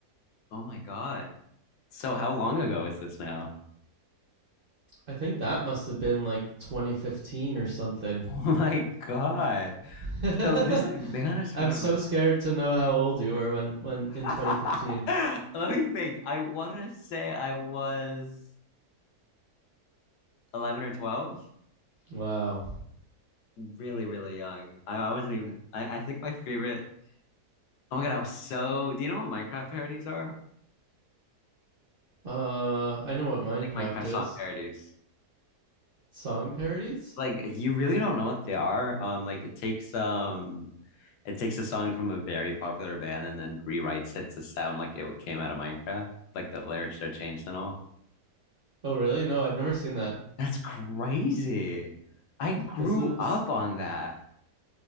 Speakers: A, on the left; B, on the right.
A: Oh my God. So how long ago is this now? <laughs>
B: I think that must have been like 2015 or something.
A: Oh my God.
B: <laughs>
A: So this is be honest
B: I'm
A: when I
B: so
A: read.
B: scared to know how old you were when, when
A: <laughs>
B: in 2015.
A: Let me think. I want to say I was 11 or 12.
B: Wow.
A: really, really young. I, I wasn't even, I, I think my favorite, oh my God, I was so, do you know what Minecraft parodies are?
B: Uh, I know what Minecraft
A: Like Minecraft
B: is.
A: song parodies.
B: Song parodies?
A: Like you really don't know what they are. Um, like it takes, um, it takes a song from a very popular band and then rewrites it to sound like it came out of Minecraft. Like the lyrics are changed and all.
B: Oh, really? No, I've never seen that.
A: That's crazy. I grew
B: This is
A: up on that.